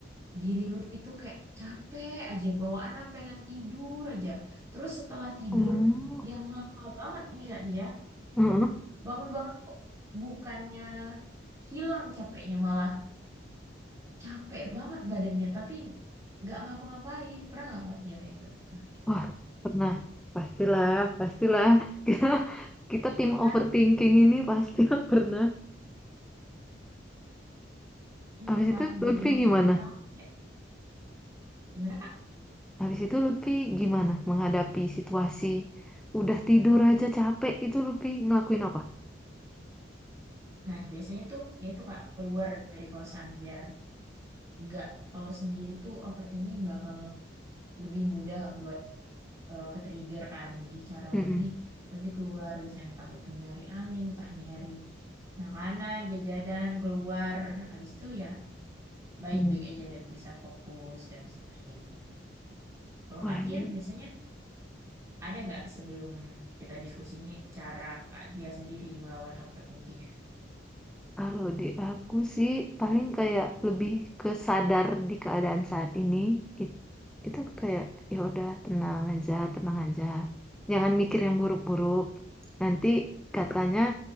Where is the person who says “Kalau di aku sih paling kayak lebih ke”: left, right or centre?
Centre